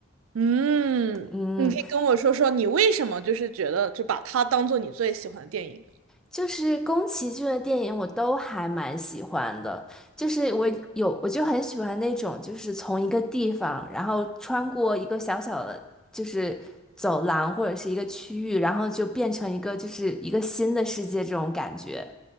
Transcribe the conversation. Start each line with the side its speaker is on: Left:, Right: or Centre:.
Right: 嗯，
Centre: 嗯，
Right: 你可以跟我说说你为什么就是觉得就把它当做你最喜欢的电影吗？
Centre: 就是宫崎骏的电影我都还蛮喜欢的，就是我有我就很喜欢那种就是从一个地方，然后穿过一个小小的就是走廊或者是一个区域，然后就变成一个就是一个新的世界这种感觉。